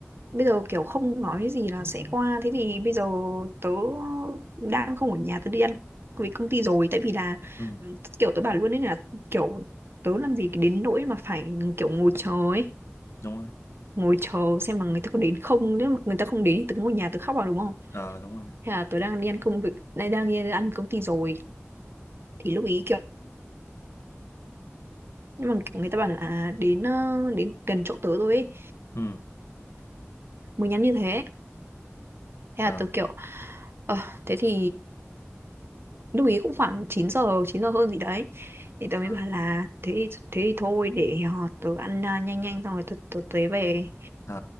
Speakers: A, on the right; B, on the left.
A: bây giờ kiểu không nói gì là sẽ qua thế thì bây giờ tớ đang không ở nhà tớ đi ăn với công ty rồi tại vì là
B: ừ,
A: kiểu tớ bảo luôn ấy là kiểu tớ làm gì đến nỗi mà phải kiểu ngồi chờ ấy
B: đúng rồi,
A: ngồi chờ xem là người ta có đến không nếu mà người ta không đến thì tớ ngồi nhà tớ khóc vào đúng không
B: ờ, đúng rồi,
A: hay là tớ đang đi ăn công việc đang đang đi ăn công ty rồi thì lúc ý kiểu nhưng mà kiểu người ta bảo là à, đến ờ, đến gần chỗ tớ rồi ấy,
B: ừ,
A: mới nhắn như thế thế
B: ờ,
A: là tớ kiểu ờ thế thì lúc ý cũng khoảng chín giờ 9 giờ hơn gì đấy thì tớ mới
B: ờ,
A: bảo là thế thì, thế thì thôi để họ tớ ăn à, nhanh nhanh xong rồi tớ, tớ tới về
B: ờ,